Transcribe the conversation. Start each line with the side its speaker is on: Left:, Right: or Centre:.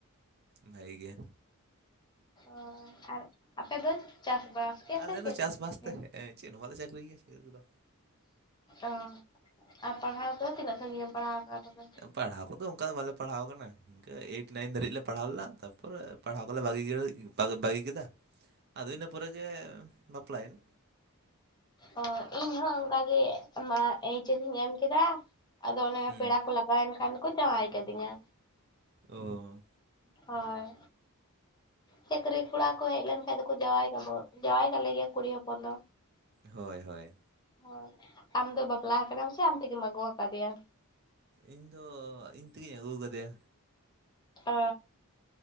Right: ᱵᱷᱟᱜᱮ ᱜᱮ᱾
Left: ᱚ ᱟᱨ ᱟᱯᱮ ᱫᱚ ᱪᱟᱥᱵᱟᱥ? ᱜᱮ
Right: ᱟᱞᱮ
Left: ᱥᱮ ᱪᱮᱫ
Right: ᱫᱚ ᱪᱟᱥᱵᱟᱥ
Left: ᱠᱚᱯᱮ ᱪᱤᱠᱟᱹᱭᱟ
Right: ᱛᱮ, ᱮᱸ ᱪᱮᱫ ᱦᱚᱸ ᱵᱟᱞᱮ ᱪᱟᱹᱠᱨᱤ ᱜᱮᱭᱟ ᱪᱟᱹᱠᱨᱤ ᱠᱚᱫᱚ᱾
Left: ᱚ, ᱟᱨ ᱯᱟᱲᱦᱟᱣ ᱠᱚᱫᱚ ᱛᱤᱱᱟᱹᱜ ᱥᱟᱺᱜᱤᱧ ᱮᱢ ᱯᱟᱲᱦᱟᱣ ᱠᱟᱜᱼᱟ ᱛᱚᱵᱮ?
Right: ᱯᱟᱲᱦᱟᱣ ᱠᱚᱫᱚ ᱚᱱᱠᱟ ᱫᱚ ᱵᱟᱞᱮ ᱯᱟᱲᱦᱟᱣ ᱟᱠᱟᱱᱟ, ᱤᱱᱠᱟᱹ ᱮᱭᱤᱴ ᱱᱟᱭᱤᱱ ᱫᱷᱟᱹᱨᱤᱡ ᱞᱮ ᱯᱟᱲᱦᱟᱣ ᱞᱮᱱᱟ ᱛᱟᱯᱚᱨᱮ ᱯᱟᱲᱦᱟᱣ ᱠᱚᱞᱮ <unintelligible> ᱵᱟᱹᱜᱤ ᱵᱟᱹᱜᱤ ᱠᱮᱫᱟ᱾ ᱟᱫᱚ ᱤᱱᱟ ᱯᱚᱨᱮ ᱜᱮ ᱵᱟᱯᱞᱟᱭ <inaudible>
Left: ᱚ, ᱤᱧ ᱦᱚᱸ ᱚᱝᱠᱟᱜᱮ ᱢᱟ ᱮᱤᱪ ᱮᱥ ᱤᱧ ᱮᱢ ᱠᱮᱫᱟ ᱟᱫᱚ ᱚᱱᱮ
Right: ᱦᱩᱸ
Left: ᱯᱮᱲᱟ ᱠᱚ ᱞᱟᱜᱟᱣ ᱮᱱ ᱠᱷᱟᱱ ᱠᱚ ᱡᱟᱶᱟᱭ ᱠᱟᱫᱤᱧᱟ᱾
Right: ᱚ᱾
Left: ᱦᱳᱭ᱾ ᱪᱟᱹᱠᱨᱤ ᱠᱚᱲᱟ ᱠᱚ ᱦᱮᱡ ᱞᱮᱱ ᱠᱷᱟᱡ ᱫᱚᱠᱚ ᱡᱟᱶᱟᱭ ᱠᱟᱵᱚ, ᱡᱟᱶᱟᱭ ᱠᱟᱞᱮ ᱜᱮᱭᱟ ᱠᱩᱲᱤ ᱦᱚᱯᱚᱱ ᱫᱚ᱾
Right: ᱦᱳᱭ ᱦᱳᱭ᱾
Left: ᱦᱳᱭ, ᱟᱢ ᱫᱚ ᱵᱟᱯᱞᱟ ᱟᱠᱟᱱᱟᱢ ᱥᱮ ᱟᱢ ᱛᱮᱜᱮᱢ ᱟᱹᱜᱩ ᱟᱠᱟᱫᱮᱭᱟ?
Right: ᱤᱧ ᱫᱚ ᱤᱧ ᱛᱤᱜᱤᱧ ᱟᱹᱜᱩ ᱟᱠᱟᱫᱮᱭᱟ᱾
Left: ᱚ,